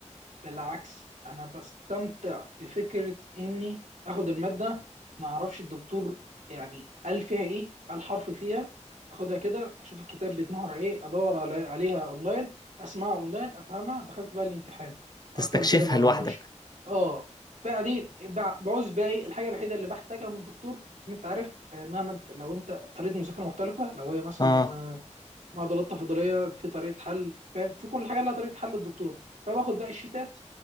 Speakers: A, on the right (about 85°); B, on the left (about 35°).
A: بالعكس انا بستمتع بفكره اني اخد الماده ما اعرفش الدكتور يعني قال فيها ايه قال حرف فيها اخدها كده اشوف الكتاب بيتنهر عليه ادور على عليها اونلاين اسمعها اونلاين افهمها دخلت بقى الامتحان
B: تستكشفها
A: اكتر من كده ما بعملش
B: لوحدك
A: اه بعدين بع- بعوز بقى ايه الحاجه الوحيده اللي بحتاجها من الدكتور ان انت عارف آه، مهما انت لو انت طريقه مذاكره مختلفه لو هي مثلا
B: اه
A: معضلات تفاضليه في طريقه حل فاهم في كل حاجه لها طريقه حل الدكتور فباخد بقى الشيتات